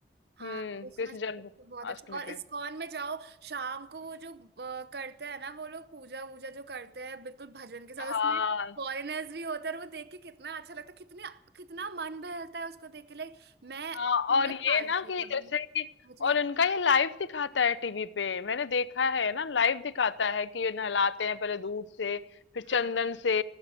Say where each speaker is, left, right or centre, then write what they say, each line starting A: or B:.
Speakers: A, on the right; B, on the left.
A: हाँ
B: हम्म
A: कृष्णा
B: कृष्ण
A: जी
B: जन्माष्टमी
A: के तो बहुत अच्छा और इस्कॉन
B: पे
A: में जाओ शाम को वो जो अ, करते हैं ना वो लोग पूजा वूजा जो करते हैं बिल्कुल भजन के साथ
B: हाँ
A: उसमें फॉरेनर्स भी होते हैं और वो देख के कितना अच्छा लगता है कितने कितना मन बहलता है उसको देख के लाइक मैं
B: हाँ
A: उन्नीस
B: और ये
A: साल
B: ना
A: की हूँ
B: कि
A: अभी
B: जैसे कि
A: मुझे
B: और
A: ये-
B: इनका ये लाइव दिखाता है टीवी पे मैंने देखा है ना लाइव दिखाता है कि ये नहलाते हैं पहले दूध से फिर चंदन
A: हाँ हाँ
B: से